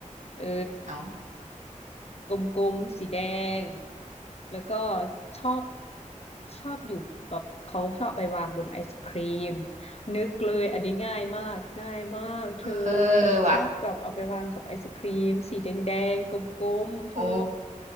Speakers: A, on the left (about 50°); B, on the right (about 60°).
A: เออ
B: เอา
A: กลมๆ สีแดง แล้วก็ชอบชอบอยู่แบบเขาชอบไปวางบนไอศครีม นึกเลยอันนี้ง่ายมากง่ายมากเธอ
B: เออวะ
A: ชอบแบบเอาไปวางกับไอศครีมสีแดงๆกลมๆเธอ
B: โอ้